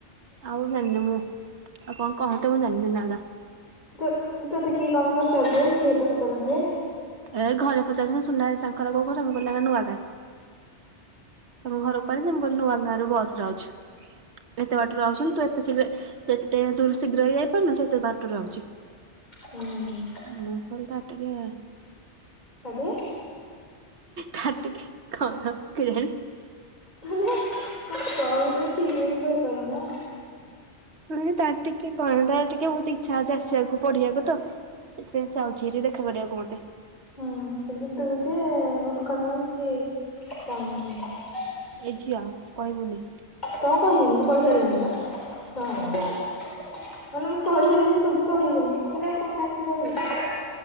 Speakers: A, on the right (about 70°); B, on the left (about 40°).
A: ଆଉ ଜାଣିନି ମୁଁ ଆଉ କଣ କହନ୍ତି ମୁଁ ଜାଣିନି ନାଁ ଗାଁ।
B: ତ ତତେ କିଏ କଁ ପଚାରୁ ଥିଲା କି କେହି ତ ପଚାରୁ ନଥିବେ।
A: ଏ ଘରେ ପଚାରୁଛନ୍ତି ସୁନା ତାଙ୍କର କୋଉ ଘର ମୁଁ କହିଲି ତାଙ୍କ ଗାଁ ନୂଆ ଗାଁ। ତାଙ୍କ ଘର କୁଆଡେ ଯେ ମୁଁ କହିଲି ନୂଆ ଗାଁ ରୁ ବସରେ ଆଉଛି ଏତେ ବାଟରୁ ଆଉଛନ୍ତି ତୁ ଏତେ ଶୀଘ୍ରେ ତୁ ଏତେ ତୁ ଶୀଘ୍ର ହେଇଯାଇପାରୁନୁ ସେ ଏତେ ବାଟରୁ ଆଉଚି।
B: ହୁଁ।
A: ମୁଁ କହିଲି ତାର ଟିକେ।
B: ତାର ଟିକେ।
A: ତାର ଟିକେ କଣ କେଜାଣି।
B: ମାନେ କଣ କହୁଛୁ ଠିକ ରେ ବି କହିପାରୁନୁ ନା।
A: ପୁଣି ତାର ଟିକେ କଣ ତାର ଟିକେ। ମତେ ଟିକେ ବୋହୁତ ଇଚ୍ଛା ହୋଉଚି ଆସିବାକୁ ପଢିବାକୁ ତ ସେଥିପାଇଁ ସେ ଆଉଛି ହାରି ଦେଖା କରିବାକୁ ମତେ।
B: ହୁଁ କିନ୍ତୁ ତୁ
A: ହୁଁ
B: ଯେ ମୂର୍ଖ ଶଳା କିଛି କାମ କୁ ନୁହୁଁ।
A: ଏଝିଅ କହିବୁନି।
B: କଁ କହିବିିନି ମୁଁ କହିସାଇଲିଣି ପରା ଶଳା ମାନେ ମୁଁ କହିସାଇଲିଣି କୋହୁଚି କହିବୁନି ମାନେ ଆଉ କଁଟା ଅଛି କହିବି।